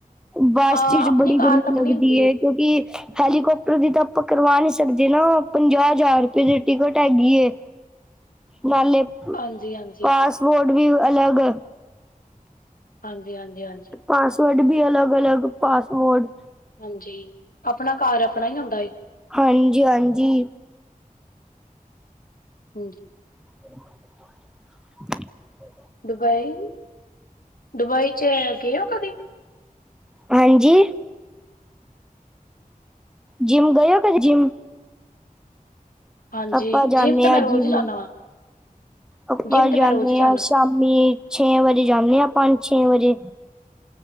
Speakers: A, in the centre; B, on the left.
A: ਬਾਸ
B: ਹਾਂ
A: ਚ ਚ
B: ਆਪਣੀ
A: ਬੜੀ
B: ਕਾਰ
A: ਗਰਮੀ
B: ਆਪਣੀ
A: ਲੱਗਦੀ
B: ਹੁੰਦੀ
A: ਏ, ਕਿਉਂਕਿ ਹੈਲੀਕਾਪਟਰ ਦੀ ਤਾਂ ਆਪਾਂ ਕਰਵਾ ਨੀ ਸਕਦੇ ਨਾ ਪੰਜਾਹ ਹਜ਼ਾਰ ਰੁਪਈਏ ਟਿਕਟ ਹੈਗੀ ਏ ਨਾਲੇ
B: ਹਾਂਜੀ-ਹਾਂਜੀ,
A: ਪਾਸ ਵੋਡ ਵੀ ਅਲੱਗ
B: ਹਾਂਜੀ- ਹਾਂਜੀ- ਹਾਂਜੀ
A: ਪਾਸਵਰਡ ਵੀ ਅਲੱਗ- ਅਲੱਗ ਪਾਸਵਰਡ
B: ਹਾਂਜੀ, ਅਪਨਾ ਘਰ ਆਪਣਾ ਇ ਹੁੰਦਾ ਵੇ।
A: ਹਾਂਜੀ- ਹਾਂਜੀ
B: ਹੋਰ
A: <unintelligible>
B: ਦੁਬਈ, ਦੁਬਈ ਚ ਗਏ ਓ ਕਦੀ?
A: ਹਾਂਜੀ। ਜਿਮ ਗਏ ਓ ਕਦੀ ਜਿਮ?
B: ਹਾਂਜੀ,
A: ਅਪਾਂ ਜਾਂਨੇ
B: ਜਿੰਮ ਤੇ ਮੈਂ
A: ਆ
B: ਰੋਜ਼
A: ਜਿੰਮ
B: ਹੀ ਜਾਨਾ ਵਾਂ।
A: ਅਪਾਂ
B: ਜਿੰਮ ਤੇ
A: ਜਾਂਨੇ
B: ਮੈਂ ਰੋਜ਼ ਹੀ ਜਾਨਾ।
A: ਆ ਸ਼ਾਮ ਮੀ ਛੇ ਵਜੇ ਜਾਂਨੇ ਆ ਪੰਜ ਛੇ ਵਜੇ